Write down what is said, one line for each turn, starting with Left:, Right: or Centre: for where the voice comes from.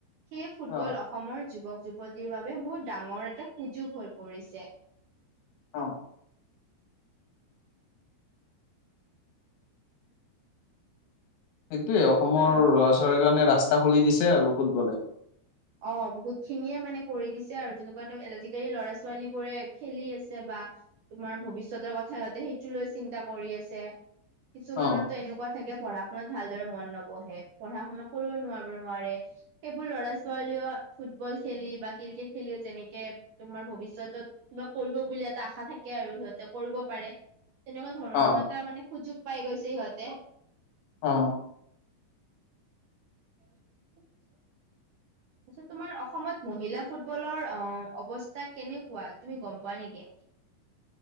Right: সেই ফুটবল
Left: অ
Right: অসমৰ যুৱক- যুৱতীৰ বাবে বহুত ডাঙৰ এটা সুযোগ হৈ পৰিছে।
Left: অ। সেইটোৱে অসমৰ
Right: তুমি
Left: ল'ৰা- ছোৱালী কাৰণে ৰাস্তা খুলি দিছে আৰু ফুটবলে।
Right: অ, বহুত খিনিয়ে মানে কৰি দিছে আৰু যেনেকুৱা একদম আজিকালি ল'ৰা- ছোৱালী বোৰে খেলি আছে বা তোমাৰ ভৱিষ্যতৰ কথাহতে, সেইটো লৈ চিন্তা কৰি আছে। কিছুমানৰো
Left: অ।
Right: এনেকুৱা থাকে। পঢ়া শুনাত ভালদৰে মন নবহে পঢ়া শুনা কৰিব নোৱাৰ- নোৱাৰে এইবোৰ ল'ৰা ছ ছোৱালীও ফুটবল খেলি বা ক্ৰিকেট খেলিও যেনেকে তোমাৰ ভৱিষ্যতত কিবা কৰিব বুলি এটা আশা থাকে আৰু সিহঁতে কৰিব পাৰে। তেনেকুৱা ধৰনৰ
Left: অ।
Right: এটা মানে সুযোগ পাই গৈছে সিহঁতে।
Left: অ।
Right: <unintelligible> তোমাৰ অসমত মহিলা ফুটবলৰ অ, অৱস্থা কেনেকুৱা তুমি গ'ম পোৱা নেকি?